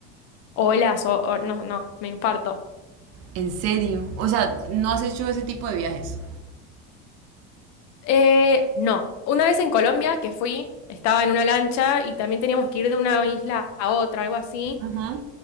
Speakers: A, on the left; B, on the right.
A: olas o, o- no, no, me infarto.
B: en serio, o sea, ¿no has hecho ese tipo de viajes?
A: Eh, no, una vez en Colombia que fui, estaba en una lancha y también teníamos que ir de una isla a otra, algo así.
B: Ajá.